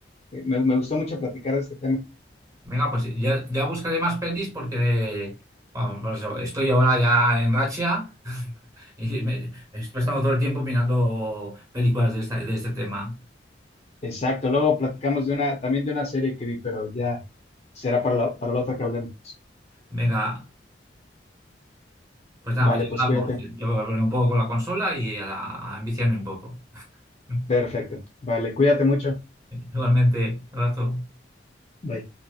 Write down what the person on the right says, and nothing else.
Venga, pues ya, ya buscaré más pelis porque vamos, por eso, estoy ahora ya en racha <laughs> y me estoy pasando todo el tiempo mirando películas de, esta- de este tema.
Venga, pues nada,
pues ya
hablamos.
Yo voy a poner un poco con la consola y a, a enviciarme un poco. <laughs>
Igualmente, abrazo.